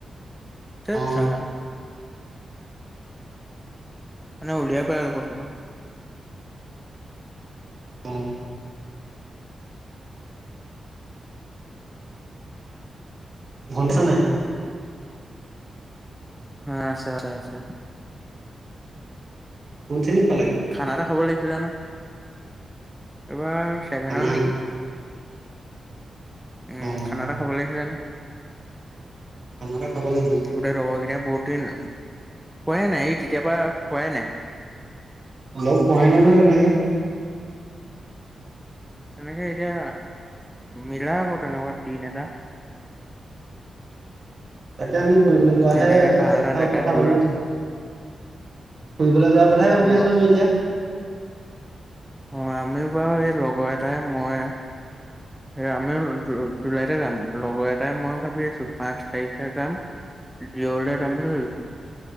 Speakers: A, in the centre; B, on the right.
A: ঠট
B: অ
A: চোবা নাই। মানে উলিয়াৰ পৰা আৰু পইচা তো।
B: অ ভত দিছা নাই?
A: হা আছে আছে আছে।
B: কোন খিনিত
A: খানা এটা খাব লাগিছিলে ন। <unintelligible> চছেভেনত
B: খানা
A: নেকি। উম
B: অ
A: খানা এটা খাব লাগিছিলে ন।
B: খানা এটা খাব লাগিব
A: গোটেই লগৰ গিতা। বহোত দিন খোবা এ নাই তেতি তেতিয়াৰ পৰা খোৱাই নাই।
B: লগ পোৱাই নাই নহয় তেনেকে।
A: তেনেকে এতিয়া মিলা আকৌ তেনেকুৱা দিন এটা।
B: তাকে আমি ফুৰিবলৈ যোৱাহে
A: ধুনীয়াকে ভাল এটা জেগাত
B: কথা
A: গৈ
B: ভাবি
A: লৈ
B: আছো, ফুৰিবলৈ যোৱাৰ কথায়ে ভাবি
A: অ
B: আছো আমি এতিয়া ।
A: অহ আমিও বাৰু এই লগৰ এটাই ময় এ আমিও জুলাইতে যাম লগৰ এটাই ময়ে ভাবি আছো পাঁচ তাৰিখে যাম জিৰ' লে যাম বুলি ভাবিছো